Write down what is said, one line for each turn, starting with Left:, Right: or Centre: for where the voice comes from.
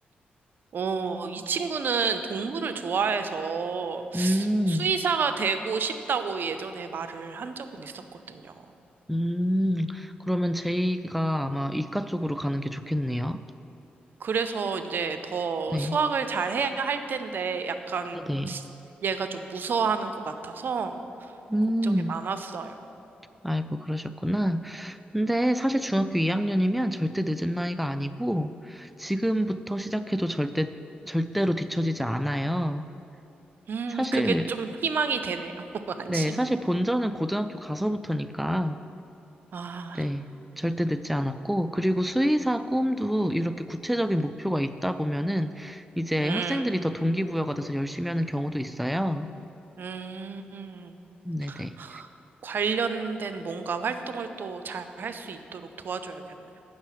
Right: 어, 이 친구는 동물을 좋아해서
Centre: 음,
Right: 수의사가 되고 싶다고 예전에 말을 한 적은 있었거든요.
Centre: 음. 그러면 제이가 아마 이과 쪽으로 가는 게 좋겠네요.
Right: 그래서 이제 더
Centre: 네.
Right: 수학을 잘 해야 할 텐데 약간
Centre: 네네.
Right: 얘가 좀 무서워하는 것 같아서
Centre: 음,
Right: 걱정이 많았어요.
Centre: 아이고, 그러셨구나. 근데 사실 중학교 2학년이면 절대 늦은 나이가 아니고, 지금부터 시작해도 절대, 절대로 뒤처지지 않아요.
Right: 음,
Centre: 사실,
Right: 그게 좀 희망이 되네요. <laughs> 안심이.
Centre: 네, 사실 본전은 고등학교 가서부터니까,
Right: 아,
Centre: 네, 절대 늦지 않았고, 그리고 수의사 꿈도 이렇게 구체적인 목표가 있다 보면은, 이제
Right: 음,
Centre: 학생들이 더 동기부여가 돼서 열심히 하는 경우도 있어요.
Right: 음. 음.
Centre: 네네. 네,
Right: 하, 관련된 뭔가 활동을 또 잘 할 수 있도록 도와줘야겠네요.